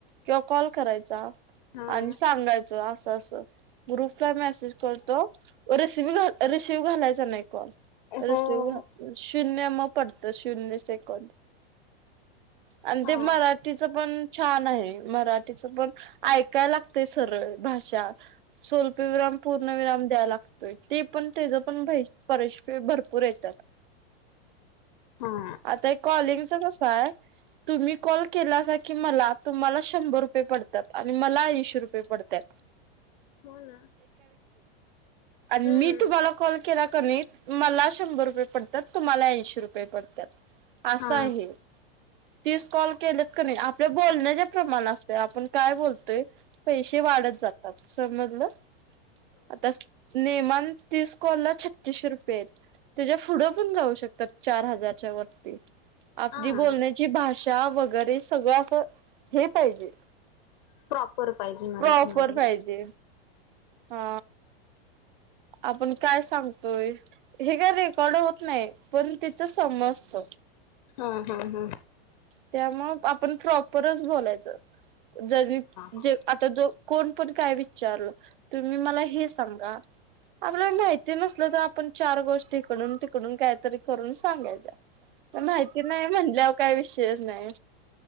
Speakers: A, on the right; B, on the left.
A: किंवा कॉल करायचा
B: हा
A: आणि सांगायचं असं असं गु मेसेज करतोस रिसीव घालायचा नाही ॉल तर
B: हो
A: शून्य मग पडतं शून्य सेकंद आणि
B: हा
A: ते मराठीच पण छान आहे मराठीच पण ऐकाय लागते सरळ भाषा स्वल्प विराम पूर्णविराम द्या लागतय ते पण त्या पण परश भरपूर येतात
B: हा
A: आता एक कॉलिंगच य तुम्ही कॉल केला की मला तुम्हाला शंभर रुपये पडतात आणि मला ऐंशी रुपये पडतय
B: हो ना
A: आणि
B: हम्म
A: मी तुम्हाला कॉल केला. कमी मला शंभर रुपये पडतात. तुम्हाला ऐंशी रुपये पडतात. असं
B: हा
A: आहे. तीस कॉल केलेत क नाही आपल्या बोलण्याच्या प्रमाण असते आपण काय बोलतोय पैसे वाढत जातात. समजलं. आता नेमान तीस कॉल ला छत्तीसशे रुपये आहेत. त्याच्या पुढं पण जाऊ शकतात. चार हजारच्या वरती. आपली
B: हा
A: बोलण्याची भाषा वगैरे सगळं असं हे पाहिजे.
B: प्रॉपर पाहिजे मराठीमध्ये
A: प्रॉफर
B: ना
A: पाहिजे. हा आपण काय सांगतोय. हे काय रेकॉर्ड होत नाही. पण तिथं समजत.
B: ह ह ह
A: त्यामुळ आपण प्रॉपरच बोलायचं. ज
B: हा
A: जे आता जो कोण पण काय विचारलं. तुम्ही मला हे सांगा आपल्याला माहिती नसल तर आपण चार गोष्टी इकडून तिकडून काहीतरी करून सांगायच्या. माहिती नाही म्हटल्यावर काय विषयच नाही.